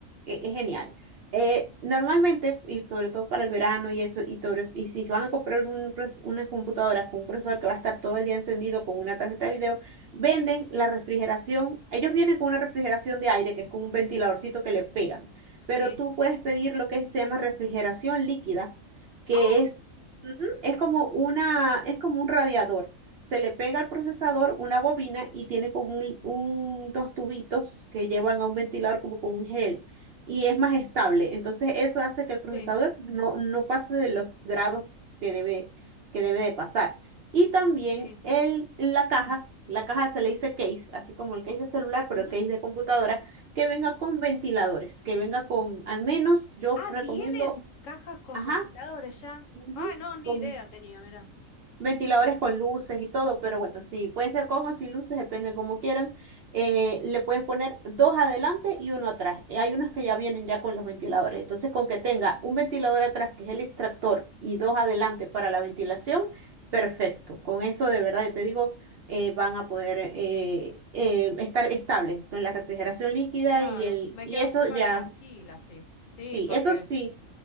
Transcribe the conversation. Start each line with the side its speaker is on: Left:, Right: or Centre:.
Right: e- es, genial. Eh, normalmente, y sobre todo para el verano y eso, y, todo, eso, y si van a comprar un pros- una computadora con un procesador que va a estar todo el día encendido con una tarjeta de video, venden la refrigeración. Ellos vienen con una refrigeración de aire, que es con un ventiladorcito que le pegan.
Left: Sí.
Right: Pero tú puedes pedir lo que se llama refrigeración líquida que
Left: Oh,
Right: es Ujú, Es como una, es como un radiador. Se le pega al procesador una bobina y tiene como un, un- dos tubitos que llevan a un ventilador como con un gel y es más estable. Entonces eso hace que el procesador
Left: sí,
Right: no, no pase de los grados que debe, que debe de pasar. Y también
Left: sí.
Right: el, la caja, la caja se le dice case, así como el case de celular, pero
Left: Ujú.
Right: el case de computadora, que venga con ventiladores, que venga con, al menos yo
Left: Ah,
Right: recomiendo,
Left: vienen cajas con
Right: ajá.
Left: ventiladores ya.
Right: ujú,
Left: Ah, no, ni
Right: con
Left: idea tenía, mira.
Right: ventiladores con luces y todo, pero bueno, sí, pueden ser con o sin luces, depende como quieran. Eh, le pueden poner dos adelante y uno atrás. Eh, Hay unos que ya vienen ya con los ventiladores. Entonces, con que tenga un ventilador atrás, que es el extractor, y dos adelante para la ventilación, perfecto. Con eso, de verdad, yo te digo, eh, van a poder eh, eh, estar estables con la refrigeración líquida
Left: Claro,
Right: y el,
Left: me
Right: y
Left: quedo
Right: eso
Left: súper
Right: ya,
Left: tranquila, sí. Sí,
Right: sí,
Left: porque
Right: eso sí